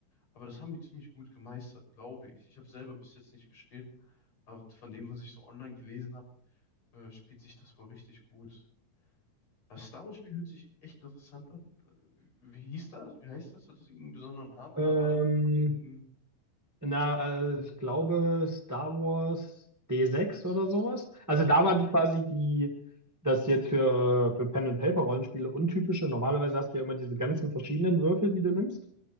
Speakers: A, on the left (about 50°); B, on the right (about 20°).
A: Aber das haben die ziemlich gut gemeistert, glaube ich. Ich habe selber bis jetzt nicht gespielt, aber von dem, was ich so online gelesen habe, äh, spielt sich das wohl richtig gut. Das Star Wars-Spiel hört sich echt interessant an. Äh, wie, hieß das? Wie heißt das? Hat das irgendeinen besonderen Namen oder
B: Ähm,
A: war das einfach irgendein.
B: Na, äh, ich glaube Star Wars D6 oder sowas. Also da war die quasi die, das jetzt für, für Pen and Paper Rollenspiele untypische. Normalerweise hast du ja immer diese ganzen verschiedenen Würfel, die du nimmst.